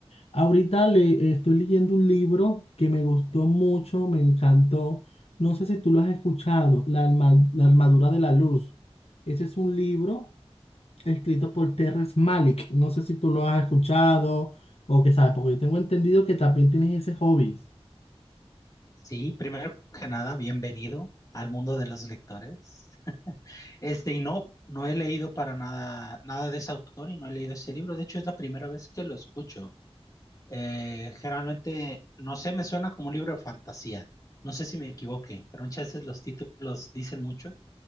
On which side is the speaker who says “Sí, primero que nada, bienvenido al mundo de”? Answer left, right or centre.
Left